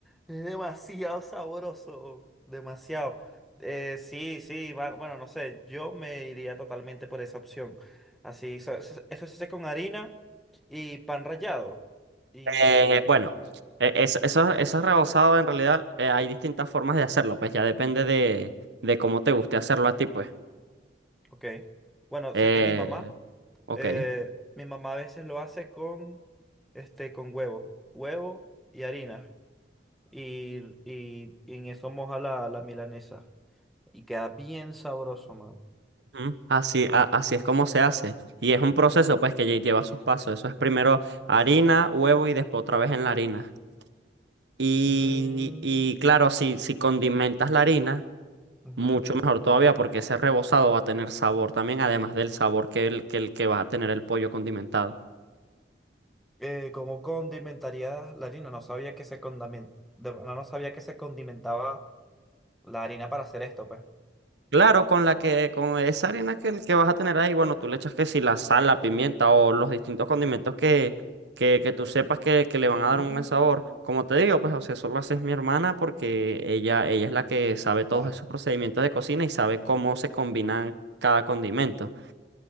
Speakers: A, in the centre; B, on the right (about 75°).
A: Es demasiado sabroso, demasiado. Eh, sí, sí, va- bueno, no sé, yo me iría totalmente por esa opción. Así, eso, eso- eso se hace con harina y pan rallado. y
B: Eh, bueno, e- es- eso, eso es rebozado en realidad, eh, hay distintas formas de hacerlo, pues ya depende de, de cómo te guste hacerlo a ti, pues.
A: Ok. Bueno,
B: Eh,
A: sé que mi mamá,
B: ok.
A: eh, mi mamá a veces lo hace con, este, con huevo, huevo y harina. Y, y, y en eso moja la, la milanesa. Y queda bien sabroso, mano.
B: Ujú. Así, a- así es como se hace. Y es un proceso, pues, que lle- lleva sus pasos. Eso es primero harina, huevo y después otra vez en la harina. Y,
A: Mm,
B: y claro, si, si condimentas la harina,
A: ujú.
B: mucho mejor todavía, porque ese rebozado va a tener sabor también, además del sabor que el que, el que va a tener el pollo condimentado.
A: Eh, ¿cómo condimentaría la harina? No sabía que se condamen- de- no, no sabía que se condimentaba la harina para hacer esto, pues.
B: Claro, con la que, con esa harina que, el que vas a tener ahí, bueno, tú le echas que si la sal, la pimienta o los distintos condimentos que, que, que tú sepas que, que le van a dar
A: Mm,
B: un buen sabor. Como te digo, pues, o sea, eso lo hace mi hermana porque ella, ella es la que sabe todos
A: claro,
B: esos procedimientos de cocina y sabe cómo se combinan cada condimento.